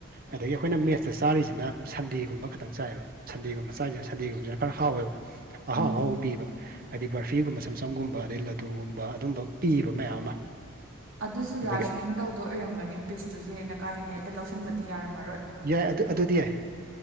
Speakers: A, on the right; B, on the right.
A: ꯑꯗꯒꯤ ꯑꯈꯣꯏꯅ ꯃꯦꯁ ꯆ ꯆꯥꯔꯤꯖꯤꯅ ꯁꯟꯗꯦꯒꯨꯝꯕ ꯈꯇꯪ ꯆꯥꯏꯕ ꯁꯟꯗꯦꯒꯨꯝꯕ ꯆꯥꯏꯖꯦ ꯁꯟꯗꯦꯒꯨꯝꯕꯖꯤꯅ ꯈꯔ ꯍꯥꯎꯋꯦꯕ ꯑꯍꯥꯎ
B: ꯎꯝ
A: ꯑꯍꯥꯎꯕ ꯄꯤꯕ ꯍꯥꯏꯗꯤ ꯕꯔꯐꯤꯒꯨꯝꯕ ꯁꯝ ꯁꯝꯒꯨꯝꯕ ꯑꯗꯩ ꯂꯗꯨꯒꯨꯝꯕ ꯑꯗꯨꯝꯕ ꯄꯤꯕ ꯃꯌꯥꯝ ꯑꯃ
B: ꯑꯗꯨꯁꯨ
A: ꯑꯗꯒꯤ
B: ꯔꯥꯁꯅꯤꯡ ꯇꯧꯗꯣ ꯑꯣꯏꯔꯝꯒꯅꯤ ꯄꯤꯁꯇꯨꯖꯨ ꯍꯦꯟꯅ ꯀꯥ ꯍꯦꯟꯅ ꯍꯦꯇ ꯂꯧꯁꯟꯕꯗꯤ ꯌꯥꯔꯝꯃꯔꯣꯏ
A: ꯌꯥꯏ ꯑꯗꯨ ꯑꯗꯨꯗꯤ ꯌꯥꯏ